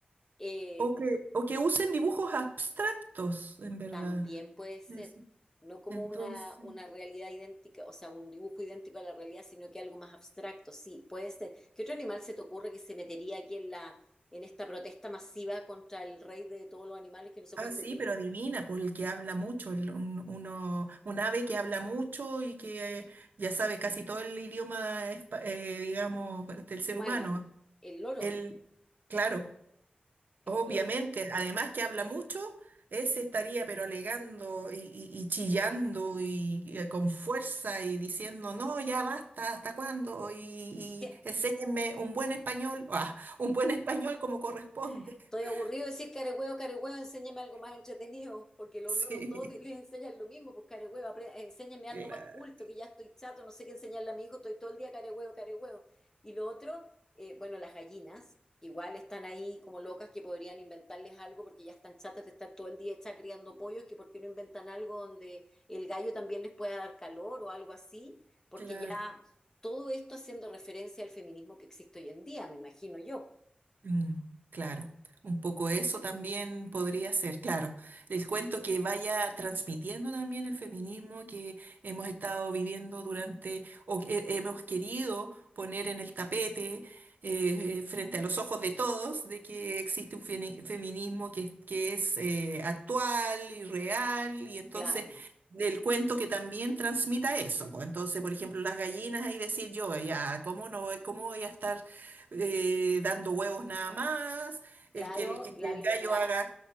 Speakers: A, on the left; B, on the right.
A: eh,
B: O que, o que usen dibujos abstractos, en verdad.
A: también puede ser,
B: Eso.
A: no como
B: Entonces.
A: una, una realidad idéntica, o sea, un dibujo idéntico a la realidad, sino que algo más abstracto, sí, puede ser. ¿Qué otro animal se te ocurre que se metería aquí en la en esta protesta masiva contra el rey de todos los animales que no sé
B: Ah,
A: cuál sería?
B: sí, pero adivina, por el que habla mucho, el- un, uno, un ave que habla mucho y que eh, ya sabe casi todo el idioma, espa- eh, digamos, del ser
A: humano,
B: humano.
A: el loro,
B: Él, claro,
A: el
B: obviamente,
A: loro.
B: además que habla mucho, ese estaría pero alegando y, y- y chillando y, eh, con fuerza y diciendo, no, ya basta, ¿hasta cuándo? Y, y
A: ¿Qué-
B: enséñenme un buen español, <laughs> ah, un buen español como corresponde.
A: Estoy
B: <laughs>
A: aburrido de decir carehuevo, carehuevo, enséñame algo más entretenido, porque los
B: Sí,
A: loros todos les enseñan lo mismo, pues carehuevo, apre- enséñame algo
B: claro.
A: más culto, que ya estoy chato, no sé qué enseñarle a mi hijo, estoy todo el día carehuevo, carehuevo. Y lo otro, eh, bueno, las gallinas, que igual están ahí como locas que podrían inventarles algo porque ya están chatas de estar todo el día hechas criando pollos, que por qué no inventan algo donde el gallo también les pueda dar calor o algo así, porque
B: Claro,
A: ya todo esto haciendo referencia al feminismo que existe hoy en día, me imagino yo.
B: mm, claro. Un poco eso también podría ser, claro. El cuento que vaya transmitiendo también el feminismo que hemos estado viviendo durante, o que he- hemos querido poner en el tapete, eh, eh, frente a los ojos de todos, de que existe un feni- feminismo que, que es eh, actual y real, y entonces
A: Claro.
B: del cuento que también transmita eso. Pues entonces, por ejemplo, las gallinas, ahí decir yo, ya, ¿cómo no voy, cómo voy a estar? eh, dando huevos nada más,
A: Claro,
B: el que el, que,
A: la,
B: que el
A: le-
B: gallo
A: la,
B: haga...